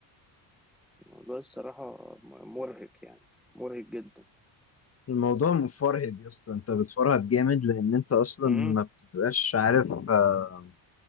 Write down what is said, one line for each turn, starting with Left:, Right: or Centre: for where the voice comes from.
Centre: موضوع الصراحه مرهق يعني مرهق جدا
Left: الموضوع مفرهد يا اسطى انت بتفرهد جامد لان انت اصلا
Centre: امم
Left: ما بتبقاش عارف آه